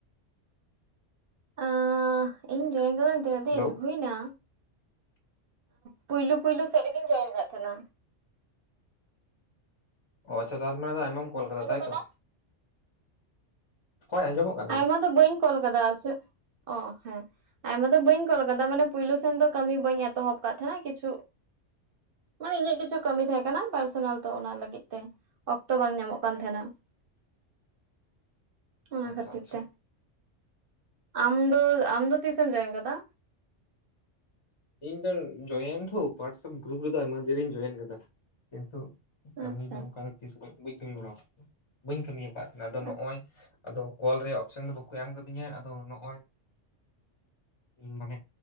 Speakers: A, on the right; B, on the left.
A: ᱮᱻ ᱤᱧ ᱡᱚᱭᱮᱱ ᱠᱟᱹᱫᱟᱧ ᱛᱤᱱᱟᱹᱜ ᱫᱤᱱ
B: ᱦᱮᱞᱳ
A: ᱦᱩᱭᱱᱟ ᱯᱩᱭᱞᱩ ᱯᱩᱭᱞᱩ ᱥᱮᱫ ᱨᱮᱜᱤᱧ ᱡᱚᱭᱮᱱ ᱠᱟᱜ ᱛᱟᱦᱮᱱᱟ᱾
B: ᱚ ᱟᱪᱪᱷᱟ ᱛᱟᱨᱢᱟᱱᱮ ᱟᱭᱢᱟᱢ ᱠᱚᱞ
A: ᱟᱸᱡᱚᱢᱚᱜ
B: ᱠᱟᱫᱟ ᱛᱟᱭᱛᱚ?
A: ᱠᱟᱱᱟ
B: ᱦᱳᱭ ᱟᱸᱡᱚᱢᱚᱜ ᱠᱟᱱ ᱜᱮᱭᱟ᱾
A: ᱟᱭᱢᱟ ᱫᱚ ᱵᱟᱹᱧ ᱠᱚᱞ ᱠᱟᱫᱟ ᱟ ᱥᱮ ᱚ ᱦᱮᱸ ᱟᱭᱢᱟ ᱫᱚ ᱵᱟᱹᱧ ᱠᱚᱞ ᱠᱟᱫᱟ ᱢᱟᱱᱮ ᱯᱳᱭᱞᱳ ᱥᱮᱱ ᱫᱚ ᱠᱟᱹᱢᱤ ᱵᱟᱹᱧ ᱮᱛᱚᱦᱚᱵ ᱟᱠᱟᱫ ᱛᱟᱦᱮᱸᱱᱟ᱾ ᱠᱤᱪᱷᱩ ᱢᱟᱱᱮ ᱤᱧᱟᱹᱜ ᱠᱤᱪᱷᱩ ᱠᱟᱹᱢᱤ ᱛᱟᱦᱮᱸ ᱠᱟᱱᱟ᱾ ᱯᱟᱨᱥᱚᱱᱟᱞ ᱛᱚ ᱚᱱᱟ ᱞᱟᱹᱜᱤᱫ ᱛᱮ ᱚᱠᱛᱚ ᱵᱟᱝ ᱧᱟᱢᱚᱜ ᱠᱟᱱ ᱛᱟᱦᱮᱱᱟ᱾ <inaudible> ᱚᱱᱟ
B: ᱟᱪᱪᱷᱟ
A: ᱠᱷᱟᱹᱛᱤᱨ
B: ᱟᱪᱪᱷᱟ
A: ᱛᱮ᱾ ᱟᱢ ᱫᱚ ᱟᱢ ᱫᱚ ᱛᱤᱥᱮᱢ ᱡᱚᱭᱮᱱ ᱠᱟᱫᱟ?
B: ᱤᱧ ᱫᱚ ᱡᱚᱭᱮᱱ ᱛᱷᱩ ᱯᱟᱴᱥᱚᱯ ᱜᱩᱨᱩᱯ ᱨᱮᱫᱚ ᱟᱭᱢᱟ ᱫᱤᱨᱤᱧ ᱡᱚᱭᱮᱱ ᱠᱟᱫᱟ᱾ ᱠᱤᱱᱛᱩ ᱠᱟᱹᱢᱤ
A: ᱟᱪᱪᱷᱟ
B: ᱫᱚ ᱚᱝᱠᱟ ᱫᱚ ᱛᱤᱥ ᱵᱟᱹᱧ ᱵᱟᱹᱧ ᱠᱟᱹᱢᱤ ᱵᱟᱲᱟ ᱟᱠᱟᱫᱟ ᱾ ᱵᱟᱹᱧ ᱠᱟᱹᱢᱤ ᱚᱠᱟᱫ ᱛᱟᱦᱮ ᱟᱫᱚ ᱱᱚᱚᱭ
A: ᱟᱪᱪᱷᱟ
B: ᱟᱫᱚ ᱠᱚᱞ ᱨᱮᱭᱟᱜ ᱚᱯᱥᱟᱱ ᱫᱚ ᱵᱟᱠᱩ ᱮᱢ ᱠᱟᱫᱤᱧᱟ ᱟᱫᱚ ᱱᱚᱭ ᱤᱱ ᱢᱟᱱᱮ